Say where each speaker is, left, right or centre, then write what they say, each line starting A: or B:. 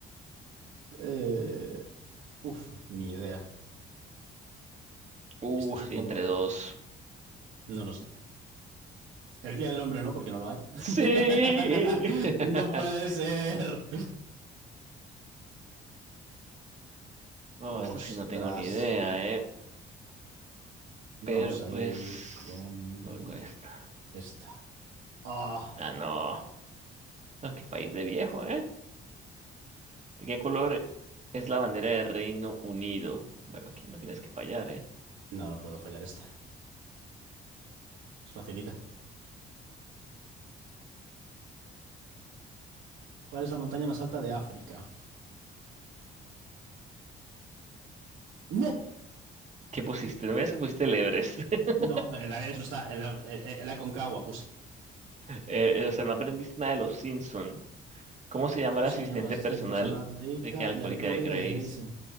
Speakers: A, on the right; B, on the right.
A: Eh, uf, ni idea.
B: Uh,
A: Esta supongo.
B: sí, entre dos.
A: No lo sé. El Día del Hombre no, porque no lo hay.
B: Sí.
A: <laughs>
B: <laughs>
A: no puede ser.
B: Oh,
A: Ostras.
B: esto sí no tengo ni idea, ¿eh?
A: Vamos
B: Pero
A: a
B: pues...
A: ir con
B: me Voy con esta.
A: esta. Ah,
B: Ah, no. Ah, qué país de viejo, ¿eh? <laughs> ¿De qué color es la bandera del Reino Unido? Bueno, aquí no tienes que fallar, ¿eh?
A: No, no puedo fallar esta. Es facilita. ¿Cuál es la montaña más alta de África? ¡No!
B: ¿Qué pusiste? No me digas que pusiste el Everest. <laughs>
A: No, eh, la Everest no está. El, el- el Aconcagua puse.
B: Eh, eh, o sea, no aprendiste nada de los Simpson. ¿Cómo se llama
A: ¿Cómo
B: la
A: se
B: asistente
A: llama la asistente
B: personal
A: personal rica
B: rica y alcohólica
A: y alcohólica
B: de Grace
A: de Grayson?